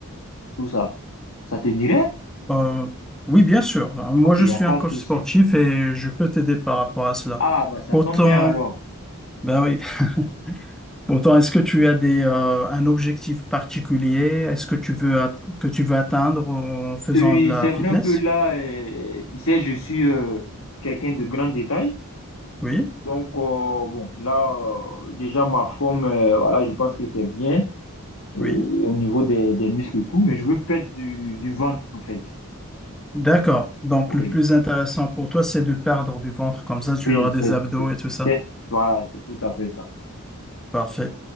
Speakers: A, on the left; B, in the centre.
A: tout ça. Ça te dirait?
B: euh, Oui, bien sûr. Ben, Moi,
A: Ok,
B: je
A: y
B: suis
A: a pas
B: un coach
A: de souci.
B: sportif et je peux t'aider par rapport à cela.
A: Ah, bah, ça
B: Pourtant,
A: tombe bien alors.
B: ben oui. <laughs> Pourtant, est-ce que tu as des, euh, un objectif particulier? Est-ce que tu veux at- que tu veux atteindre en faisant
A: Oui,
B: de la
A: c'est
B: fitness?
A: vrai que là, euh, tu sais, je suis euh, quelqu'un de grand détail.
B: Oui,
A: Donc, euh, bon, là, euh, déjà, ma forme, euh, voilà, je pense que c'est bien. et
B: oui.
A: au niveau des, des muscles et tout, mais je veux perdre du, du ventre, en fait.
B: D'accord. Donc,
A: Oui,
B: le plus intéressant pour toi, c'est de perdre du ventre. Comme ça, tu
A: oui,
B: auras
A: c'est,
B: des abdos
A: c'est,
B: et tout ça.
A: c'est- voilà, c'est tout à fait ça.
B: Parfait.